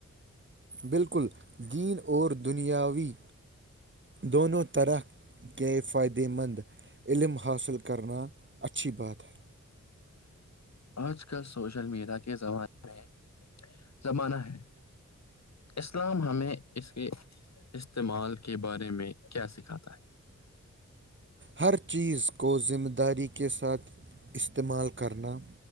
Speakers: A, on the right (about 40°); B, on the left (about 60°).
A: بالکل دین اور دنیاوی دونوں طرح کے فائدے مند علم حاصل کرنا اچھی بات ہے
B: آج کل سوشل میڈیا کے زمانے میں زمانہ ہے اسلام ہمیں اس کے استعمال کے بارے میں کیا سکھاتا ہے
A: ہر چیز کو ذمہ داری کے ساتھ استعمال کرنا